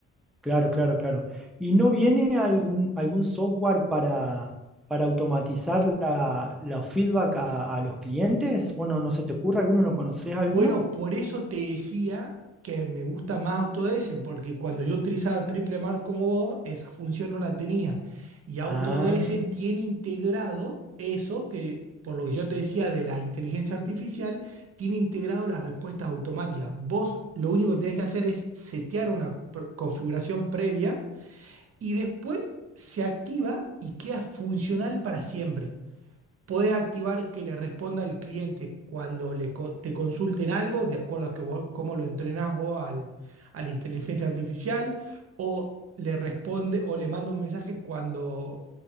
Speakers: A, in the centre; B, on the right.
A: Claro, claro, claro. ¿Y no viene algún, algún software para, para automatizar la, los feedback a, a los clientes? Bueno, ¿no se te ocurre alguno? ¿No conoces alguno?
B: Bueno, por eso te decía que me gusta más Autodesk, porque cuando yo utilizaba Triple Mar como vos, esa función no la tenía. Y Autodesk
A: Ah,
B: tiene integrado eso que, por lo que yo te decía de la inteligencia artificial, tiene integrado las respuestas automáticas. Vos lo único que tenés que hacer es setear una pr- configuración previa y después se activa y queda funcional para siempre podés activar que le responda al cliente cuando le co- te consulten algo, de acuerdo a que vos- cómo lo entrenás vos al, a la inteligencia artificial, o le responde o le manda un mensaje cuando,